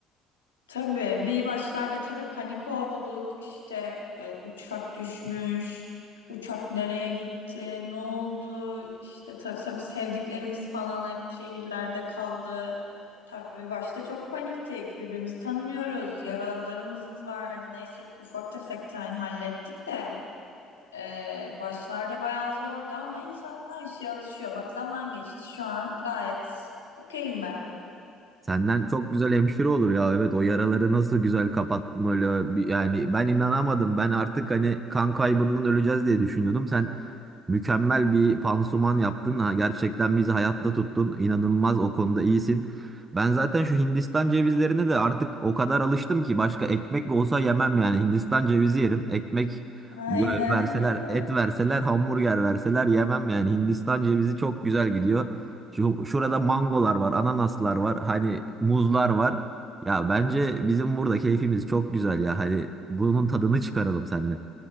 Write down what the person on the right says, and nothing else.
senden çok güzel hemşire olur ya evet o yaraları nasıl güzel kapattın öyle bir- yani ben inanamadım ben artık hani kan kaybından öleceğiz diye düşünüyordum sen Mükemmel bir pansuman yaptın. Ha, gerçekten bizi hayatta tuttun. İnanılmaz o konuda iyisin. Ben zaten şu Hindistan cevizlerine de artık o kadar alıştım ki başka ekmek olsa yemem yani. Hindistan cevizi yerim. Ekmek
e, verseler,
et verseler, hamburger verseler yemem yani. Hindistan cevizi çok güzel gidiyor. Şu, şurada mangolar var, ananaslar var, hani muzlar var. Ya bence bizim burada keyfimiz çok güzel ya. Hani bunun tadını çıkaralım seninle.